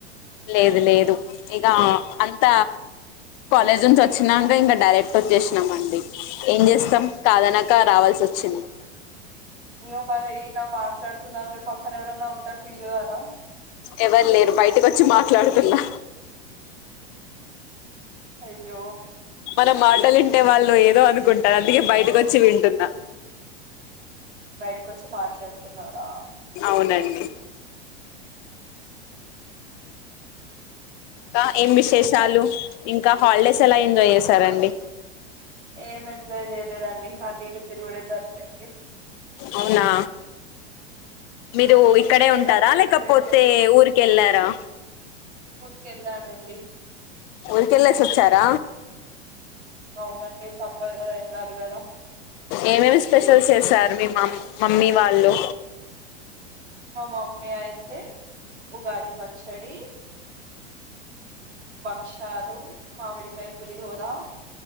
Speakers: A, on the left; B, on the right.
A: లేదు లేదు ఇక అంత కాలేజ్ నుంచి వచ్చినాక ఇంకా డైరెక్ట్ వచ్చేసినాం అండి ఏం చేస్త కాదనక రావాల్సి వస్తుంది క్షను
B: మేము మరి ఇలా మాట్లాడుతున్నా మీ పక్కన ఎవరన్నా ఉంట ఫీల్ అవ్వారా
A: ఎవరు లేరు బయటక వచ్చి మాట్లాడుతున్నా
B: అయ్యో
A: మన మాటలు వింటే వాళ్ళు ఏదో అనుకుంటారు అందుకే బయటకు వచ్చి వింటుంన్న
B: బయటకుొచ్చి మాట్లాడుతూన్నారా
A: అవునండి ఇంకా ఏం విశేషాలు
B: ఇంకండి
A: ఇంకా ఇంకా హాలిడేస్ ఎలా ఎంజాయ్ చేసారండి
B: ఏం ఎంజాయ్ చేయలేదండి అటు ఇటూ తిరుగడే సరిపోయింది
A: అవునా మీరు ఇక్కడే
B: మీరు
A: ఉంటారా
B: ఎలా సెలబ్రేట్
A: లేకపోతే ఊరికి వెళ్ళారా
B: ఊరికెళ్ళనండీ
A: ఊరికెలెస్చ్చార
B: అవునండి తప్పదు కదా వెళ్ళాలి కదా
A: ఏమేమి స్పెషల్ చేసారు మీ మమ్ మమ్మీ వాళ్ళు
B: మా మమ్మీ అయితే ఉగాది పచ్చడి భక్షాలు మామిడికాయ పులిహోర